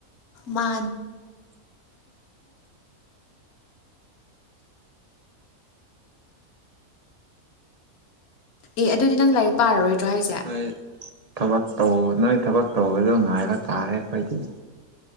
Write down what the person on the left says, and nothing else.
ꯃꯥ ꯑꯦ ꯑꯗꯨꯗꯤ ꯅꯪ ꯂꯥꯏꯔꯤꯛ ꯄꯥꯔꯔꯣꯏꯗ꯭ꯔꯣ ꯍꯥꯏꯁꯦ